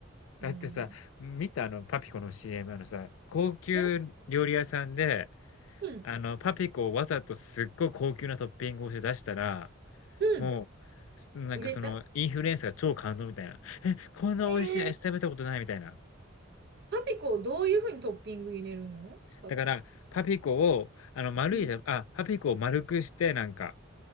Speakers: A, on the left; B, on the right.
A: だってさ、
B: うん。
A: 見たあのパピコの CM あのさ、高級料理屋さんで、
B: えうん。
A: あの、パピコをわざとすっごい高級なトッピングをして出したら、
B: うん。
A: もう、すなんかその、
B: 売れた
A: インフルエンサーが超感動みたいな。え、こんな美味しいアイス食べたことないみたいな。
B: えーパピコをどういうふうにトッピング入れるのパピコ。
A: だから、パピコを、あの、丸いじゃ、
B: うん。
A: あ、パピコを丸くして、なんか、